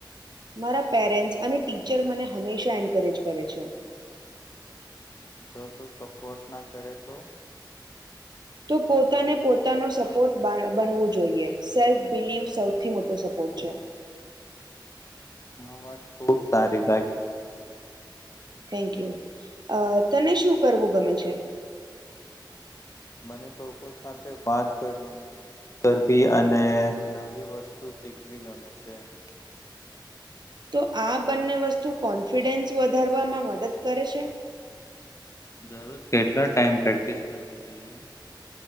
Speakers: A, on the right; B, on the left.
A: મારા પેરેન્ટ અને ટીચર મને હંમેશા એન્કરેજ કરે છે.
B: જો કોઈ સપોર્ટ ના કરે તો?
A: તો પોતાને પોતાનો સપોર્ટ બા બનવું જોઈએ સેલ્ફ બિલીવ સૌથી મોટો સપોર્ટ છે. <inaudible>
B: <unintelligible> ખુબ સારી લાગી.
A: Thank you. તને શું કરવું ગમે છે?
B: મને તો લોકો સાથે વાત કરવી કરવી અને નવી વસ્તુ શીખવી ગમે છે.
A: તો, આ બંને વસ્તુ કોન્ફિડન્સ વધારવામાં મદદ કરે છે?
B: દરરોજ કેટલો ટાઈમ પ્રેક્ટિસ કરવી જોઈએ.